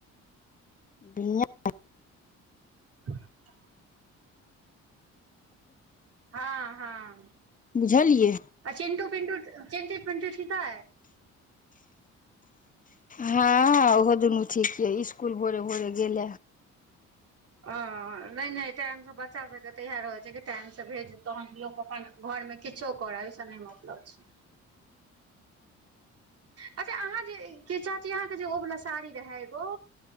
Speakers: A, on the left; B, on the right.
A: <inaudible>
B: <inaudible> हँ हँ
A: बुझलियै
B: चिन्टू पिन्टु चिन्टु पिंटु ठीक ह
A: हँ ओहो दुनू ठीक यऽ इसकुल भोरे भोरे गेल
B: अ नहि नहि त आमस बात <unintelligible> अच्छा सब के त इा रह छै टाइम से भेज तो हमलोग अपन घर मे किछो करे ओहिस नहि मतलब छै अच्छा अहाँ जे चाची अहाँके जे ओवला साड़ी रहै एगो